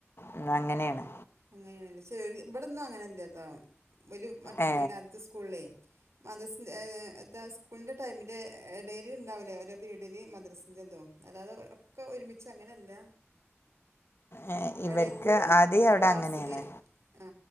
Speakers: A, on the left; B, on the right.
A: ഉം അങ്ങനെയാണ്
B: അങ്ങനെയാണല്ലേ ഇവിടൊന്നും അങ്ങനെയല്ലതോ വലിയ മറ്റു
A: ഏ
B: പോയി ആദ്യത്തെ സ്കൂളിലേ മദ്രസിന് എ സ്കൂളിൻ്റെ ടൈമിന്റെ ഇഡെയില് ഉണ്ടാവില്ലേ ഓരോ പിരീഡിൽ മദ്രസിൻ്റെ തും അല്ലാതെ ഒക്കെ ഒരുമിച്ച് അങ്ങനെയല്ല
A: ഏ, ഇവർക്ക്
B: ഇടെക്കൂടെ
A: ആദ്യം
B: ഒരേ
A: അവിടെ
B: ക്ലാസ്സില്
A: അങ്ങനെയാണ്
B: ആ